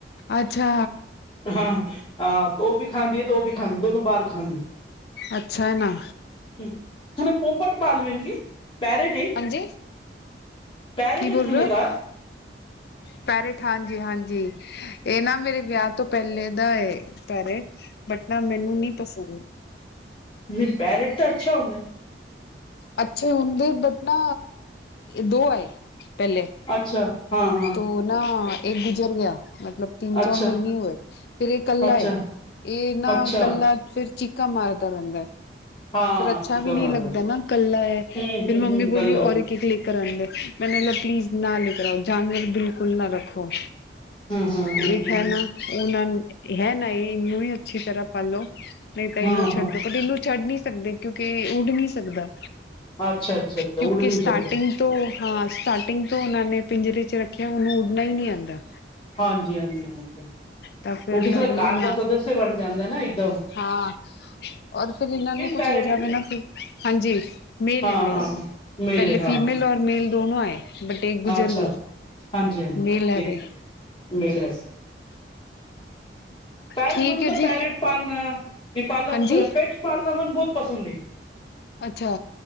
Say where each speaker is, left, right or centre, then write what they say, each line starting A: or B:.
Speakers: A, on the left; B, on the left.
A: ਅੱਛਾ
B: ਹਾਂ ਆ ਉਹ ਵੀ ਖਾਂਦੀ ਹੈ ਤੇ ਉਹ ਵੀ ਖਾਂਦੀ ਦੋਨੋ ਬਾਹਰ ਖਾਂਦੀਆਂ।
A: ਅੱਛਾ ਨਾ।
B: <unintelligible>
A: ਹਾਂਜੀ
B: <unintelligible>
A: ਕੀ ਬੋਲ ਰਹੇ ਹੋ ਪੈਰਟ ਹਾਂਜੀ ਹਾਂਜੀ ਇਹ ਨਾ ਮੇਰੇ ਵਿਆਹ ਤੋਂ ਪਹਿਲੇ ਦਾ ਏ ਪੈਰੇਟ ਬਟ ਨਾ ਮੈਨੂੰ ਨਹੀਂ ਪਸੰਦ।
B: ਨਹੀਂ ਪੈਰਟ ਤਾਂ ਅੱਛਾ ਹੁੰਦਾ ਏ।
A: ਅੱਛੇ ਹੁੰਦੇ ਬਟ ਨਾ ਦੋ ਆਏ। ਪਹਿਲੇ
B: ਅੱਛਾ ਹਾਂ ਹਾਂ
A: ਤੋ ਨਾ ਇੱਕ ਗੁਜ਼ਰ ਗਿਆ ਮਤਲਬ ਤਿੰਨ ਚਾਰ
B: ਅੱਛਾ
A: ਮਹੀਨੇ ਹੋਏ ਫੇਰ ਇਹ ਕੱਲਾ
B: ਅੱਛਾ
A: ਏ ਇਹ ਨਾ
B: ਅੱਛਾ
A: ਕੱਲਾ ਫਿਰ ਚਿੱਕਾ ਮਾਰਦਾ ਰਹਿੰਦਾ।
B: ਹਾਂ
A: ਫਿਰ ਅੱਛਾ
B: ਚੀਕਾ
A: ਵੀ ਨਹੀਂ
B: ਮਾਰਦਾ
A: ਲੱਗਦਾ ਨਾ ਕੱਲਾ ਏ
B: ਹੂੰ
A: ਫੇਰ
B: ਹੂੰ
A: ਮੰਮੀ
B: ਹੂੰ ਗੱਲ
A: ਬੋਲ
B: ਹੂੰ
A: ਔਰ ਲਿ <unintelligible> ਪਲੀਜ਼ ਨਾ ਨ ਕਰਾਓ ਜਾਨਵਰ ਬਿਲਕੁਲ ਨਾ ਰੱਖੋ।
B: ਹੂੰ ਹੂੰ
A: ਏਕ
B: ਹੂੰ
A: ਹੈ ਨਾ ਉਹਨੂੰ ਹੀ ਨ ਇਹ ਇਹਨੂੰ ਹੀ ਅੱਛੀ ਤਰ੍ਹਾਂ ਪਾਲੋ। ਨਹੀਂ ਤਾਂ
B: ਹਾਂ
A: ਇਹਨੂੰ ਛੱਡਦੇ
B: ਹਾਂ
A: ਬਟ ਇਹਨੂੰ ਛੱਡ ਨੀ ਸਕਦੇ ਕਿਉਂਕਿ ਉੱਡ ਨਹੀਂ ਸਕਦਾ।
B: ਅੱਛਾ ਅੱਛਾ ਅੱਛਾ
A: ਕਿਉਂਕਿ
B: ਉੱਡ ਨਹੀਂ
A: ਸਟਾਰਟਿੰਗ
B: ਸਕਦੇ
A: ਤੋਂ ਹਾਂ ਸਟਾਰਟਿੰਗ ਤੋਂ ਉਹਨਾਂ ਨੇ ਪਿੰਜਰੇ ਚ ਰੱਖਿਆ, ਉਹਨੂੰ ਉੱਡਣਾ ਹੀ ਨਹੀਂ ਆਉਂਦਾ।
B: ਹਾਂਜੀ-ਹਾਂਜੀ-ਹਾਂਜੀ
A: ਤਾਂ ਫਿਰ
B: ਉਹ ਕਿਸੇ
A: ਮੈਂ
B: ਦਾ
A: ਬੋਲੀ
B: ਘਰ ਦਾ
A: ਨਾ
B: ਸਦੱਸਯ ਬਣ ਜਾਂਦਾ ਨਾ ਇਕਦਮ।
A: ਹਾਂ ਔਰ ਫੇਰ ਇਹਨਾਂ ਨੂੰ ਕੁਛ
B: ਪੈਰਟ
A: ਹੋ ਜਾਵੇ
B: ਹੈ
A: ਨਾ, ਹਾਂਜੀ ਮੇਲ
B: ਹਾਂ-ਹਾਂ
A: ਏ ਮੇਲ
B: ਮੇਲੇ
A: ਪਹਿਲੇ
B: ਹਾਂ
A: ਫੀਮੇਲ ਔਰ ਮੇਲ ਦੋਨੋ ਆਏ ਬਟ ਇੱਕ ਗੁਜ਼ਰ
B: ਅੱਛਾ
A: ਗਈ।
B: ਹਾਂਜੀ-ਹਾਂਜੀ
A: ਮੇਲ ਹੈ
B: <unintelligible>
A: ਵੇ
B: ਮਿਲ ਹੈ ਪੈਰ
A: ਠੀਕ
B: ਮਨ
A: ਹੈ
B: ਤਾਂ
A: ਜੀ
B: ਪੈਰਟ। ਪਾਲਣਾ। ਪਾਲਣਾ
A: ਹਾਂਜੀ
B: ਪੇਟਸ ਪਾਲਣਾ ਮਨ ਬਹੁਤ ਪਸੰਦ ਏ।
A: ਅੱਛਾ।